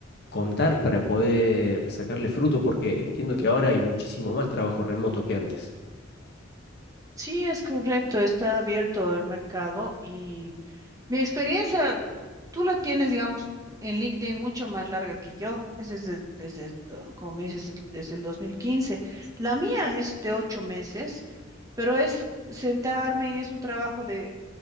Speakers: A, on the left; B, on the right.
A: contar para poder sacarle fruto, porque entiendo que ahora hay muchísimo más trabajo remoto que antes.
B: Sí, es correcto, está abierto el mercado y mi experiencia, tú la tienes, digamos, en LinkedIn mucho más larga que yo, es desde, desde el do- como me dices, desde el 2015. La mía es de ocho meses, pero es sentarme y es un trabajo de